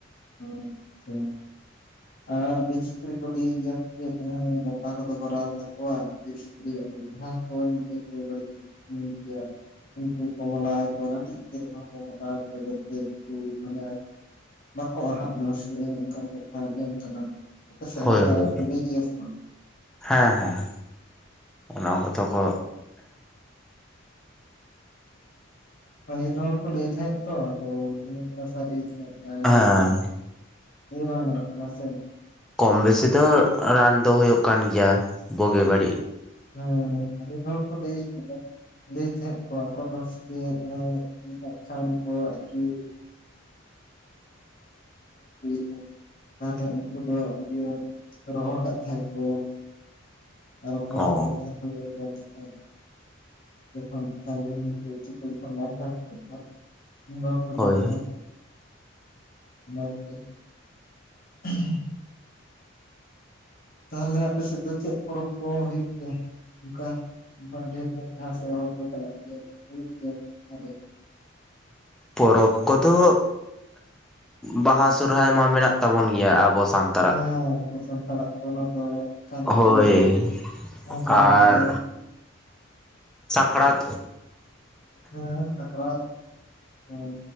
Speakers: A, on the left; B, in the centre.
A: ᱟᱪᱪᱷᱟ ᱟᱨ ᱵᱤᱨ ᱥᱩᱠᱨᱤ ᱠᱚ ᱞᱟᱹᱭ ᱜᱮᱭᱟ ᱥᱮ ᱪᱮᱫ ᱰᱟᱴᱟ ᱠᱚᱫᱚ ᱠᱚ ᱨᱟᱱ ᱛᱟᱠᱚᱣᱟ ᱵᱤᱨ ᱥᱩᱠᱨᱤ <unintelligible> ᱩᱱᱠᱩ ᱠᱚ ᱢᱟᱞᱟ ᱟᱠᱚᱣᱟ ᱠᱟᱹᱴᱤᱡ ᱜᱤᱫᱽᱨᱟᱹ ᱠᱚᱦᱚᱸ ᱠᱚ ᱢᱟᱞᱟ ᱡᱟᱛᱮ ᱩᱱᱠᱩ ᱢᱟᱱᱮ ᱵᱟᱠᱚ ᱟᱦᱟᱜ ᱢᱟ ᱥᱮ ᱚᱱᱠᱟᱱ ᱠᱟᱛᱷᱟ ᱟᱸᱡᱚᱢ ᱠᱟᱱᱟ ᱟᱯᱮ ᱥᱮᱫ
B: ᱦᱳᱭ
A: ᱚᱱᱠᱟ
B: ᱦᱳᱭ
A: ᱠᱚ ᱞᱟᱹᱭ ᱜᱮᱭᱟ ᱥᱮ ᱵᱟᱝ
B: ᱦᱮᱸ ᱦᱮᱸ ᱚᱱᱟ ᱠᱚᱫᱚ ᱠᱚ
A: ᱯᱟᱹᱦᱤᱞ ᱦᱚᱲ ᱠᱚ ᱞᱟᱹᱭ ᱛᱟᱦᱮᱸᱫ ᱛᱚ ᱟᱫᱚ ᱛᱤᱱᱟᱹᱜ ᱴᱟ ᱥᱟᱹᱨᱤ ᱛᱤᱱᱟᱹᱜ <unintelligible>
B: ᱦᱮᱸ
A: ᱞᱟ. ᱵᱟᱝ ᱜᱟᱱᱚᱜ ᱠᱟᱱᱟ ᱥᱮ
B: ᱠᱚᱢ ᱵᱮᱥᱤ ᱫᱚ ᱨᱟᱱ ᱫᱚ ᱦᱩᱭᱩᱜ ᱠᱟᱱ ᱜᱮᱭᱟ ᱵᱩᱜᱤ ᱵᱟᱹᱲᱤ
A: ᱦᱮᱸ ᱟᱹᱰᱤ ᱦᱚᱲ ᱠᱚ ᱞᱟᱹᱭ ᱠᱟᱫᱟ ᱞᱟᱹᱭ ᱛᱟᱦᱮᱸᱫ ᱠᱚ ᱟᱠᱚᱫᱚ ᱥᱮ ᱪᱮᱫ ᱮᱸ ᱠᱷᱟᱱ ᱠᱚ ᱟᱨᱠᱤ <unintelligible> ᱛᱟᱦᱚᱞᱮ ᱩᱱᱠᱩ ᱫᱚ ᱤᱭᱟᱹ ᱨᱚᱦᱚᱲ ᱟᱠᱟᱫ ᱛᱟᱦᱮᱸᱜ ᱠᱚ ᱟᱨᱚ ᱯᱚᱨᱮᱛᱮᱠᱷᱟᱱ
B: ᱚ
A: ᱫᱚᱞᱮ ᱡᱚᱢ ᱛᱟᱦᱮᱸᱫ <unintelligible> ᱡᱚᱠᱷᱟ ᱱᱟᱠᱷᱟᱱ ᱩᱛᱩ ᱠᱚ ᱵᱟᱝ <unintelligible> ᱠᱚ
B: ᱦᱳᱭ
A: ᱡᱚᱢ ᱛᱟᱦᱮᱸᱫ
B: ᱦᱳᱭ
A: ᱚᱱᱟᱛᱮ <inaudible> ᱛᱟᱦᱚᱞᱮ ᱟᱯᱮ ᱥᱮᱫ ᱫᱚ ᱪᱮᱫ ᱯᱚᱨᱚᱵᱽ ᱠᱚ ᱦᱩᱭᱩᱜ ᱜᱮᱭᱟ ᱚᱱᱠᱟ ᱰᱷᱮᱨ ᱡᱟᱦᱟᱸ ᱥᱮᱫ ᱦᱚᱲ ᱠᱚ ᱪᱟᱞᱟᱜ ᱜᱮᱭᱟ ᱦᱩᱭᱩᱜ ᱜᱮᱭᱟ ᱟᱨ
B: ᱯᱚᱨᱚᱵ ᱠᱚᱫᱚ ᱵᱟᱦᱟ ᱥᱚᱦᱨᱟᱭ ᱢᱟ ᱢᱮᱱᱟᱜ ᱛᱟᱵᱚᱱ ᱜᱮᱭᱟ ᱟᱵᱚ ᱥᱟᱱᱛᱟᱲ
A: ᱦᱮᱸ <inaudible> ᱥᱟᱱᱛᱟᱲᱟᱜ ᱫᱚ ᱚᱱᱟ ᱫᱚ ᱠᱟᱱ
B: ᱦᱳᱭ
A: ᱜᱮ ᱚᱱᱠᱟᱱᱟᱜ
B: ᱟᱨ
A: ᱜᱮ
B: ᱥᱟᱠᱨᱟᱛ
A: ᱦᱮᱸ ᱥᱟᱠᱨᱟᱛ ᱦᱮᱸ